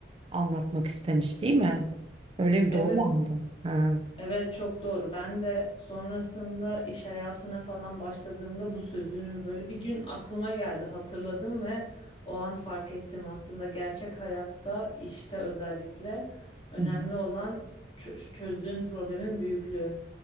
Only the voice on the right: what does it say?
anlatmak istemiş, değil mi? Öyle mi? Doğru
mu anladım? Ha.
Hı hı.